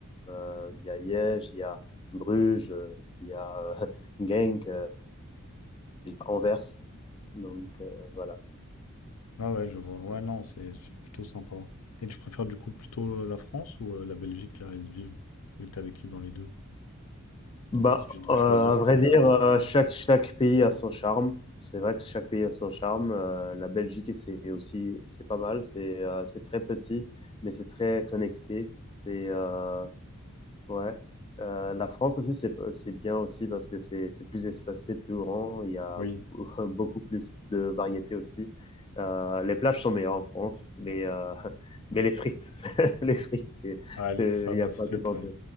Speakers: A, on the left; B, on the left.
A: euh, il y a Liège, il y a Bruges, euh, il y a euh, <laughs> Genk, euh, il y a Anvers. Donc euh, voilà.
B: Ah ouais, je vois. Ouais, non, c'est c'est plutôt sympa. Et tu préfères du coup plutôt euh, la France ou euh, la Belgique, là, ils vivent, vu que t'as vécu dans les deux?
A: Ben,
B: Si tu devais
A: euh,
B: choisir,
A: à
B: si
A: vrai
B: t'avais
A: dire,
B: le choix.
A: euh, chaque, chaque pays a son charme c'est vrai que chaque pays a son charme. Euh, la Belgique, c'est aussi, c'est pas mal. C'est euh, c'est très petit, mais c'est très connecté. C'est euh, Ouais. Heu, la France aussi, c'est c'est bien aussi parce que c'est c'est plus espacé, plus grand. Il y a
B: Oui.
A: <laughs> beaucoup plus de variétés aussi. Heu, les plages sont meilleures en France, les, heu, <laughs> mais les frites, <laughs> les frites, c'est
B: Ah,
A: c'est
B: les fameuses
A: il y a pas
B: frites,
A: de contr
B: ouais.